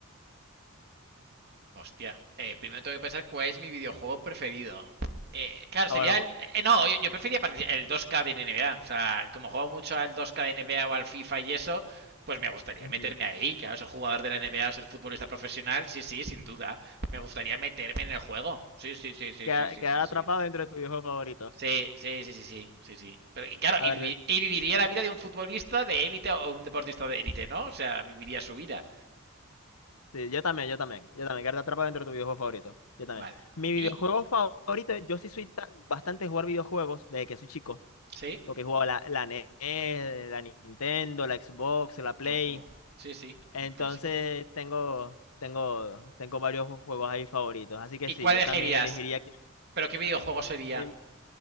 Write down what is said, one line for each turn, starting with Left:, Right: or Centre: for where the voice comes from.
Right: Hostia, eh, primero tengo que pensar cuál es mi videojuego preferido. Eh, claro,
Left: Ah,
Right: sería
Left: bueno,
Right: el.
Left: po-
Right: eh, no, yo, yo prefería el dos k de NBA. O sea, como juego mucho al dos k de NBA o al FIFA y eso, pues me gustaría
Left: ujú.
Right: meterme ahí. Claro, ser jugador de la NBA o ser futbolista profesional, sí, sí, sin duda. Me gustaría meterme en el juego. Sí, sí, sí, sí,
Left: Queda-
Right: sí, sí,
Left: quedar
Right: sí. sí.
Left: atrapado dentro de tu videojuego favorito.
Right: Sí, sí, sí, sí, sí, sí, sí. Pero y claro,
Left: A
Right: y,
Left: ver,
Right: vivi- y viviría la vida de un futbolista de élite o un deportista de élite, ¿no? O sea, viviría su vida.
Left: Sí, yo también, yo también, yo también, quedarte atrapado dentro de tu videojuego favorito, yo también.
Right: Vale.
Left: Mi videojuego
Right: Y,
Left: favorito, yo sí soy ta- bastante de jugar videojuegos desde que soy chico,
Right: sí,
Left: porque he jugado la, la NES, la Nintendo, la Xbox, la Play,
Right: ojo. Sí, sí,
Left: entonces
Right: un clásico.
Left: tengo, tengo, tengo varios ju- juegos ahí favoritos, así que
Right: ¿Y
Left: sí,
Right: cuál
Left: yo
Right: elegirías?
Left: también elegiría que...
Right: ¿Pero qué videojuego sería?
Left: de-